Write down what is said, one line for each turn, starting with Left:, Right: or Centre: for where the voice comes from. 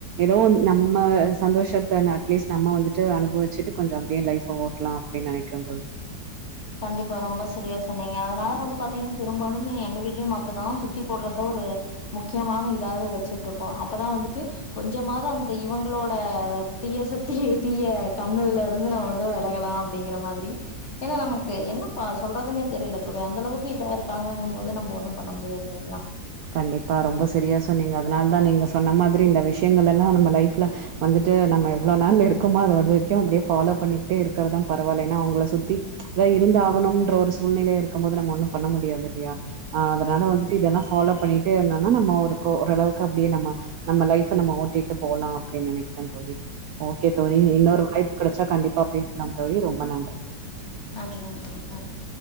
Right: எதோ நம்ம சந்தோஷத்த அட்லீஸ்ட் நம்ம வந்துட்டு அனுபவச்சுட்டு கொஞ்ச அப்டியே லைஃப் ஓட் இருக்கால அப்டி நெனைக்கற தோழி
Left: கண்டிப்பா ரொம்ப சரியா சொன்னீங்க அதனால வந்து பாத்தீங்கனா பெரும்பாலும் எங்க வீட்லையு அப்டிதா சுத்தி போட்றது ஒரு முக்கியமான இதாவே வச்சுட்டு இருக்கோ அப்தா வந்துட்டு கொஞ்சமாது அந்த இவங்களோட தீய சத்தி தீய கண்ணுல இருந்து நம்ம வந்து விலகலா அப்டிங்கற மாதிரி ஏன்னா நமக்கு ஓகே என்னப்பா சொல்றதுன்னே தெரில தோழி அந்த அளவுக்கு இதா இருக்காங்கம் போது நம்ம ஒண்ணு பண்ண முடியாது இல்லைங்களா
Right: கண்டிப்பா ரொம்ப சரியா சொன்னீங்க அதனாலதா நீங்க சொன்ன மாதிரி இந்த விஷயங்கள்லெல்லா நம்ம லைஃப்லா வந்துட்டு நம்ம எவ்ளோ நாள் இருக்குமோ அதுவரைக்கு அப்டியே ஃபாலோ பண்ணிக்ட்டே இருக்கறதா பரவால ஏன்னா அவுங்குள சுத்தி அதா இருந்து ஆகணும்ன்ற ஒரு சூழ்நிலை இருக்கும் போது நம்ம ஒண்ணு பண்ண முடியாது இல்லையா ஆ அதனால வந்துட்டு இதல்லா ஃபாலோ பண்ணிட்டே இருந்தோனா நம்ம ஒரு ஓரளவுக்கு அப்டியே நம்ம நம்ம லைஃப்ப நம்ம ஓட்டிட்டு போலா அப்டின்னு நெனைக்கற தோழி ஓக்கே தோழி இன்னொரு வாய்ப்பு கெடச்சா கண்டிப்பா பேஸ்லாம் தோழி ரொம்ப நன்றி
Left: நன்றி நன்றி நன்றி